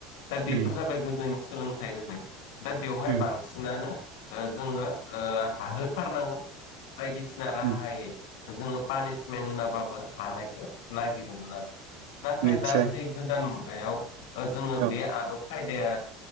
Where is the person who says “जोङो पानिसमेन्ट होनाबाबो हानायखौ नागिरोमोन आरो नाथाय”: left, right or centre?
Left